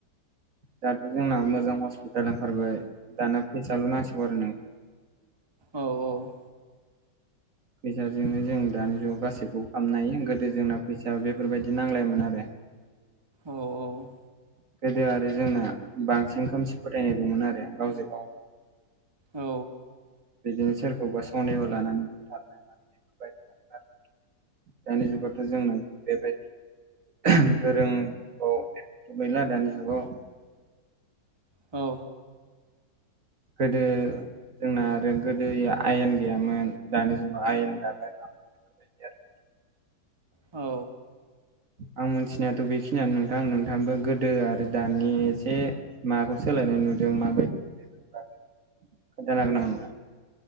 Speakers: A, on the right; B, on the right.
A: दाथ' जोंना मोजां हस्पिटाल ओंखारबाय दाना फैसाल' नांसिगौ आरो नों
B: औ औ।
A: फैसाजोंनो जों दानि जुगाव गासैखौबो खामनो हायो गोदो जोंना फैसा बेफोरबायदि नांलायोमोन आरो। <inaudible>
B: औ औ।
A: गोदो आरो जोंना बांसिन खोमसि फोथायनाय दंमोन आरो गावजों गाव
B: औ।
A: बिदिनो सोरखौबा सन्देह' लानानै बुथारनाय म बेफोरबायदि दं आरो। दानि जुगाथ' जों बेबायदि गोरों जुगाव बेथ' गैला दानि जुगाव।
B: औ।
A: गोदो जोंना आरो गोदोयो आयेन गैयामोन दानि जुगाव आयेन दाबाय। आरो
B: औ
A: आं मिथिनायाथ' बेखिनियानो नोंथां नोंथाङाबो गोदो आरो दानि एसे माबाखौ सो सोलायनाय नुदों माबायदि खोनथानो हागोन नामा नों